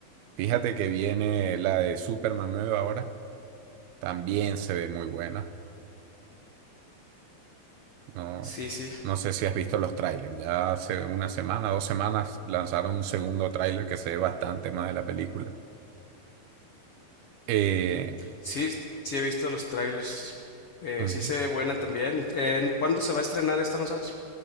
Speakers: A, on the right; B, on the left.
A: Fíjate que viene la de Superman nueva ahora. También se ve muy buena. No,
B: Sí, sí.
A: no sé si has visto los trailers. Ya hace una semana, dos semanas lanzaron un segundo tráiler que se ve bastante más de la película. Eh,
B: Sí, sí he visto los trailers. Eh,
A: ujú.
B: sí se ve buena también. Eh, ¿cuándo se va a estrenar esta, no sabes?